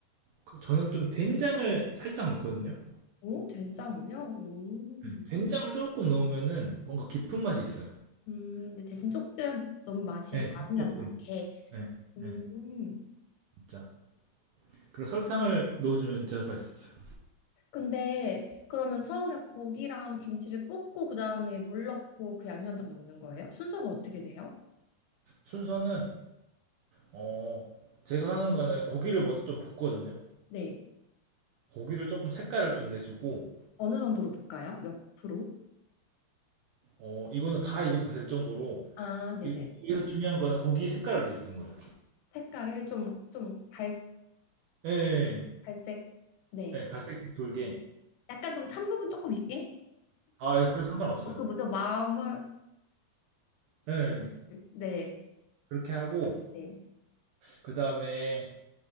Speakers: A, on the right; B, on the left.
A: 그 저는 좀 된장을 살짝 넣거든요.
B: 오, 된장이요? 음.
A: 예. 된장을 조금 넣으면은 뭔가 깊은 맛이 있어요.
B: 음, 근데 대신 조금 너무 맛이
A: 예,
B: 많이
A: 진짜 조금.
B: 나진 않게.
A: 예,
B: 음.
A: 예, 진짜. 그리고 설탕을 넣어주면 진짜 맛있어요.
B: 근데 그러면 처음에 고기랑 김치를 볶고 그다음에 물 넣고 그 양념장 넣는 거예요? 순서가 어떻게 돼요?
A: 순서는 어 제가 하는 거는 고기를 먼저 좀 볶거든요.
B: 네.
A: 고기를 조금 색깔을 좀 내주고
B: 어느 정도로 볶아요? 몇 프로?
A: 어 이거는 다 익어도 될 정도로
B: 아, 네네.
A: 이- 여기서 중요한 거는 고기 색깔을 내주는 거예요.
B: 색깔을 좀, 좀 갈,
A: 예, 예,
B: 갈색. 네.
A: 예. 예, 갈색색 돌게.
B: 약간 좀 탄 부분 조금 있게?
A: 아, 예, 그래 상관없어요.
B: 어, 그 뭐죠? 마물.
A: 예, 예.
B: 네.
A: 그렇게 하고
B: 네.
A: 그 다음에